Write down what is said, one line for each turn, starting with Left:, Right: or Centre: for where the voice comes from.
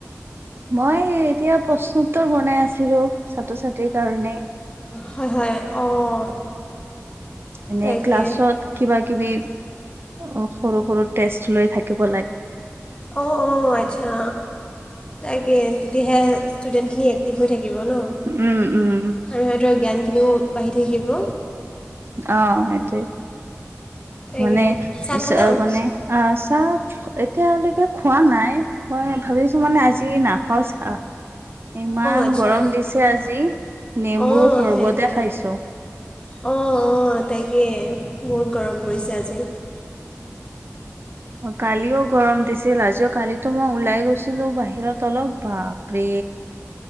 Right: মই এতিয়া প্ৰশ্নোত্তৰ বনাই আছিলো ছাত্ৰ ছাত্ৰীৰ কাৰণে।
Left: হয় হয় অঁ
Right: এনে
Left: তাকে
Right: ক্লাছত কিবা কিবি অ সৰু সৰু টেষ্ট লৈ থাকিব লাগে
Left: অঁ অঁ আচ্ছা তাকে তেতিয়াহে ষ্টুডেণ্টখিনি এক্টিভ হৈ থাকিব ন?
Right: উম উম
Left: আৰু সিহঁতৰ জ্ঞানখিনিও বাঢ়ি থাকিব।
Right: অ সেইটোৱে,
Left: তাকে
Right: মানে
Left: চাহ খালা অঁ
Right: মানে আহ চাহ। এতিয়ালৈকে খোৱা নাই, মই ভাবিছো মানে আজি নাখাওঁ চাহ। ইমান
Left: আচ্ছা
Right: গৰম দিছে আজি নেম্বু
Left: অঁ
Right: সৰ্বতে
Left: সেইটোৱে
Right: খাইছো।
Left: অঁ। অঁ তাকেই বহুত গৰম পৰিছে আজি।।
Right: কালিও গৰম দিছিল, আজিও কালিটো মই ওলাই গৈছিলো বাহিৰত। তলপ বাপৰে